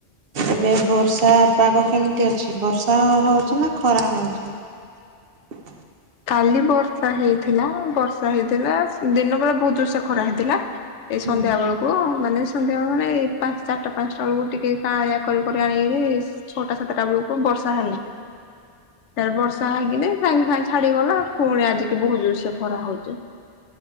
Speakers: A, on the right; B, on the left.
A: ଏବେ ବର୍ଷା ପାଗ କେମିତି ଅଛି? ବର୍ଷା ହଉଛି ନା ଖରା ହଉଛି? ହ <inaudible>
B: କାଲି ବର୍ଷା ହେଇଥିଲା ବର୍ଷା ହେଇଥିଲା ଦିନ ବେଳେ ବହୁତ ଜୋର୍ ସେ ଖରା ହେଇଥିଲା। ଏଇ
A: ହୁଁ।
B: ସନ୍ଧ୍ୟା ବେଳକୁ ମାନେ ସନ୍ଧ୍ୟାବେଳେ ମାନେ ଏଇ ପାଞ୍ଚ ଚାରଟା ପାଞ୍ଚଟା ବେଳକୁ ଟିକେ କାହାଳିଆ କରି କରି ଆଣିକିରି ଛଅଟା ସାତଟା ବେଳକୁ ବର୍ଷା ହେଲା। ତାପରେ ବର୍ଷା ହେଇକିନି ସାଙ୍ଗେ ସାଙ୍ଗେ ଛାଡିଗଲା ପୁଣି ଆଜିକି ବହୁତ ଜୋର୍ ସେ ଖରା ହଉଛି।